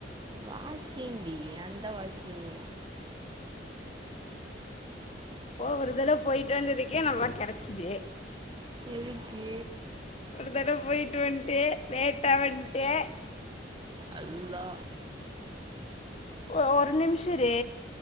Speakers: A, on the right; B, on the left.
A: வாக்கிங்டி அந்த வாக்கிங்
B: போ ஒரு தடவ போயிட்டு வந்ததுக்கே நல்லா கெடச்சுது
A: எதுக்கு
B: ஒரு தடவ போயிட்டு வன்ட்டு லேட்டா வன்ட்டு
A: அல்லா
B: ஒ ஒரு நிம்ஷொ இரு